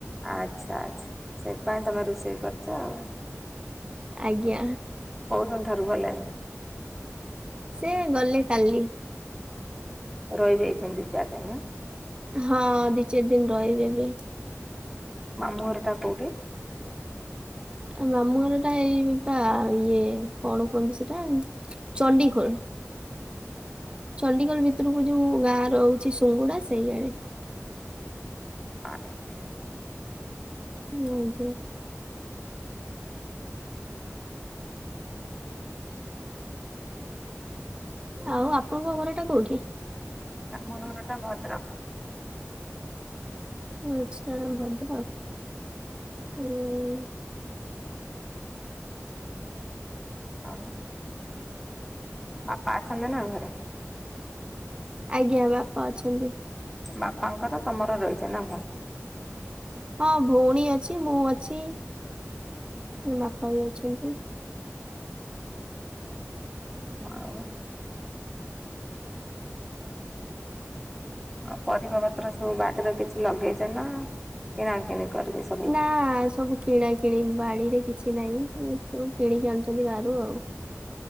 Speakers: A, in the centre; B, on the right.
A: ଆଚ୍ଛା ଆଚ୍ଛା ସେଇଥିପାଇଁ ତମେ ରୋଷେଇ କରିଛ ଆଉ।
B: ଆଜ୍ଞା।
A: କୋଉ ଦିନ ଠାରୁ ଗଲେଣି?
B: ସେ ଗଲେ କାଲି।
A: ରହିବେ ଏ ଖଣ ଦି ଚାରି ଦିନ ଆଁ?
B: ହଁ ଦି ଚାରି ଦିନ ରହିବେ ଏବେ।
A: ମାମୁଁ ଘର ଟା କୋଉଠି?
B: ଆ ମାମୁଁ ଘର ଟା ଏଇ ବା ଇଏ କଣ କୁହନ୍ତି ସେଟା ଚଣ୍ଡିଖୋଲ। ଚଣ୍ଡିଗଡ଼ ଭିତରକୁ ଯୋଉ ଗାଁ ରହୁଛି ସୁଙ୍ଗୁଡା ସେଇଆଡେ।
A: ଆଚ୍ଛା।
B: ହୁଁ ଆଜ୍ଞା। ଆଉ ଆପଣଙ୍କ ଘର ଟା କୋଉଠି?
A: ଆମ ଘର ଟା ଭଦ୍ରକ।
B: ଆଛା ଭଦ୍ରକ, ହୁଁ।
A: ଆଉ ବାପା ଅଛନ୍ତି ନା ଘରେ।
B: ଆଜ୍ଞା ବାପା ଅଛନ୍ତି।
A: ବାପାଙ୍କର ତମର ରହିଛ ନା କଣ?
B: ହଁ ଭଉଣୀ ଅଛି ମୁଁ ଅଛିୋ ବାପା ବି ଅଛନ୍ତି।
A: ହଁ। ଆ ପରିବା ପତ୍ର ସବୁ ବାଡିର କିଛି ଲଗେଇଛ ନା କିଣା କିିଣି କରଦେଇଛ।
B: ନା ସବୁ କିଣା କିିଣି ବାଡିରେ କିଛି ନାହିଁ ସବୁ କିଣିକି ଆଣୁଛନ୍ତି ବାହାରୁ ଆଉ